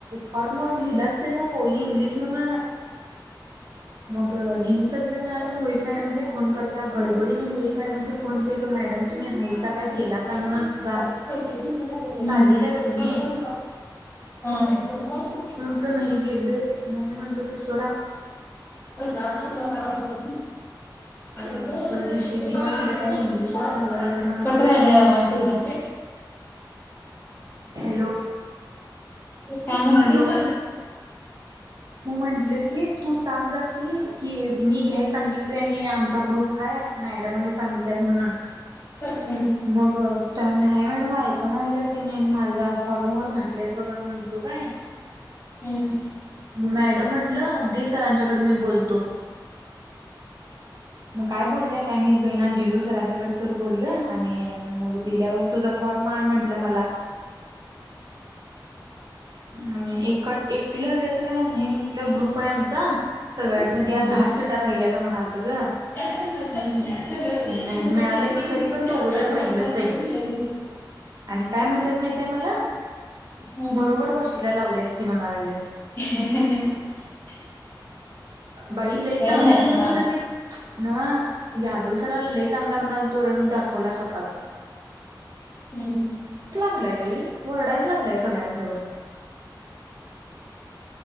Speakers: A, on the right; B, on the left.
A: फॉर्मवर लिहिलास त्यांना इंग्लिश मधून मग हनी सगळी जण मिळालं मुळीक मॅडमचा फोन कर जा गडबडीने मुळीक मॅडम यांना फोन केला मॅडम तुम्ही
B: आरती
A: हायसा काय गेलासा
B: भेटली
A: म्हणून जा
B: माझं पैंजण
A: चाललेल्या गं
B: दुरुस्तीला
A: त्यांनी
B: टाकलं हम
A: मग मी म्हटलं की गेलोय मग म्हटलं की स्वरा
B: भवा ना उ म
A: अ
B: आणि तो जसा
A: विषय
B: की तुम्हाला
A: दिना झाल्यात आणि इंग्लिशच घालाय लागले म्हणतलोय
B: कट व्हायला
A: आणि
B: आवाज तुझा
A: हॅलो
B: काय म्हटलीस
A: हॅलो मग म्हंटलं की तू सांग जा की कि मी घ्या सांगितल आणि आमचा ग्रुप हाय मॅडम आणि सांगितल्यात म्हणून
B: ह
A: मग त्या मॅडम ऐकना झाल्यात माझ्या फॉर्मवर घातल्या बघा म्हटलो काय
B: हम्म
A: मग मॅडम म्हटल सरांच्याकड मी बोलतो मग काय माहित सरांच्या कडे दिलो सर बोललं आणि मग दिल्यावर तुझं फॉर्म आण म्हटलं मला आणि एक एकटीलाच द्यायच काय नाही म्हंटलं ग्रुप आहे आमचा सगळ्यांसनी
B: हम्म
A: द्या
B: हम्म
A: दहा सीटा राहिल्याता म्हणालत ग
B: सगळ्यांची
A: आणि मग
B: परिस्थिती
A: मिळालं की तरी पण दोघ जण राहिलच
B: बघितली.
A: बहिना आणि काय म्हणतात माहितय मला
B: हम्म
A: बरोबर. इथं लावल्यास की म्हणा लागल्यात.
B: <unintelligible>
A: बाई लई चांगलं
B: होय म्हणायचं
A: म्हणत
B: नाव
A: होतो नवं मी यादव सराला चांगलं म्हणत होत. तो रंग दाखवला स्वतःच.
B: हम्म
A: लाय बाई वरडायच लागलाय सगळ्यांच्यावर.